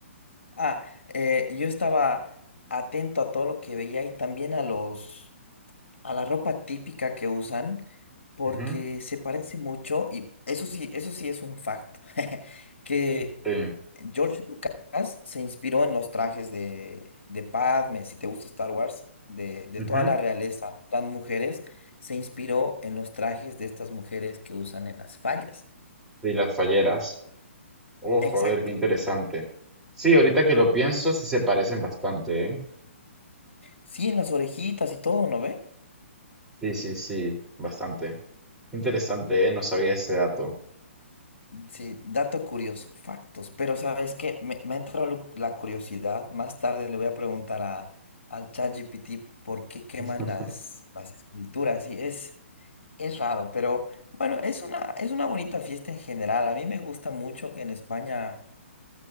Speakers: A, on the left; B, in the centre.
A: Ah, eh, yo estaba atento a todo lo que veía y también a los, a la ropa típica que usan, porque
B: Ujú,
A: se parece mucho, y eso sí, eso sí es un facto, <laughs> que
B: Sí.
A: George Lucas se inspiró en los trajes de, de Padme, si te gusta Star Wars, de, de
B: ujú.
A: toda la realeza, las mujeres, se inspiró en los trajes de estas mujeres que usan en las fallas.
B: Y las falleras. Oh, joder,
A: Exacto.
B: qué interesante. Sí, ahorita que lo pienso, sí se parecen bastante, ¿eh?
A: Sí, en las orejitas y todo, ¿no ve?
B: Sí, sí, sí, bastante. Interesante, ¿eh? No sabía ese dato.
A: Sí, dato curioso, factos. Pero sabes que me, me ha entrado lu- la curiosidad. Más tarde le voy a preguntar a, al ChatGPT por qué queman
B: <laughs>
A: las, las esculturas. Sí, es, es raro, pero bueno, es una, es una bonita fiesta en general. A mí me gusta mucho que en España